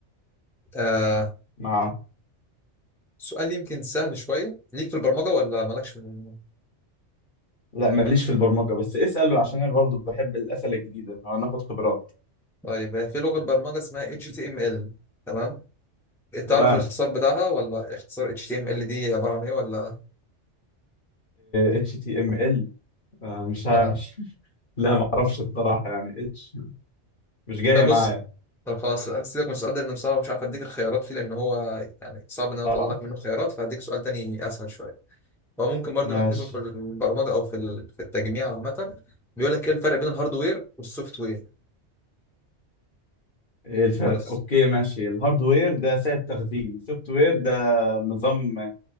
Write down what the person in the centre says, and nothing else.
آه
سؤال يمكن سهل شويه ليك في البرمجه ولا مالكش في البرمجه
طيب هي في لغه برمجه اسمها HTML تمام
تعرف الاختصار بتاعها ولا اختصار HTML دي عباره عن ايه ولا
اه
طب
بص طب خلاص هسيبك من السؤال ده لانه صعب مش عارف اديك الخيارات فيه لان هو يعني صعب ان انا
اطلع لك منه خيارات فهديك سؤال تاني اسهل شويه هو ممكن برضو
نعتبره في البرمجه او في ال- في التجميع عامه بيقول لك ايه الفرق بين الهاردوير والسوفت وير
خلاص